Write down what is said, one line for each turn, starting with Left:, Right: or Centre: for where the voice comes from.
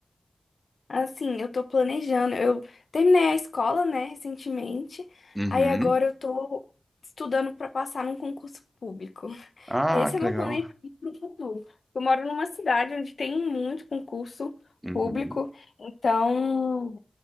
Left: Assim, eu tô planejando. Eu terminei a escola, né, recentemente.
Right: Uhum.
Left: Aí agora eu tô estudando pra passar num concurso público.
Right: Ah,
Left: Esse
Right: que
Left: é meu
Right: legal.
Left: planejamento pro futuro. Eu moro numa cidade onde tem muito concurso
Right: Uhum.
Left: público, então